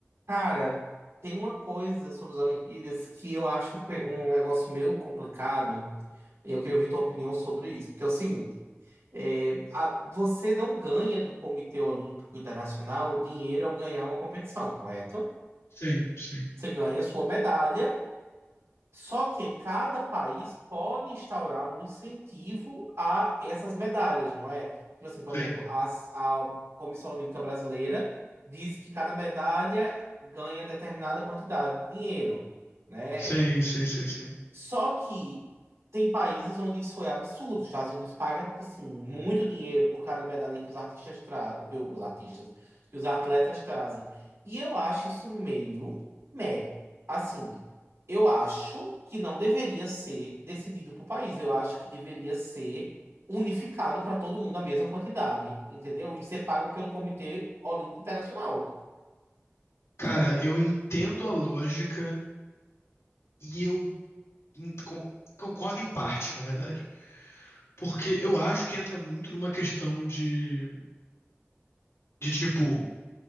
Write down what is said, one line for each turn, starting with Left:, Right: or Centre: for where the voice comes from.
Right: Cara, tem uma coisa sobre as Olimpíadas que eu acho um, pe- um negócio meio complicado e eu queria ouvir tua opinião sobre isso, porque é o seguinte, é, a- você não ganha do Comitê Olímpico Internacional dinheiro ao ganhar uma competição, correto?
Left: Sim, sim,
Right: Você ganha sua medalha só que cada país pode instaurar um incentivo a essas medalhas, não é? Tipo assim, por
Left: sim,
Right: exemplo, a, a Comissão Olímpica Brasileira diz que cada medalha ganha determinada quantidade de dinheiro, né?
Left: sim, sim, sim, sim.
Right: Só que tem países onde isso é absurdo. Os Estados Unidos paga, tipo assim, muito dinheiro por cada medalha que os artistas trazem, o que os artistas, que os atletas trazem. E eu acho isso meio meh. Assim, eu acho que não deveria ser decidido por país. Eu acho que deveria ser unificado para todo mundo a mesma quantidade, entendeu? E ser pago pelo Comitê Olímpico Internacional.
Left: Cara, eu entendo a lógica e eu hum, con- concordo em parte, na verdade. Porque eu acho que entra muito numa questão de, de tipo,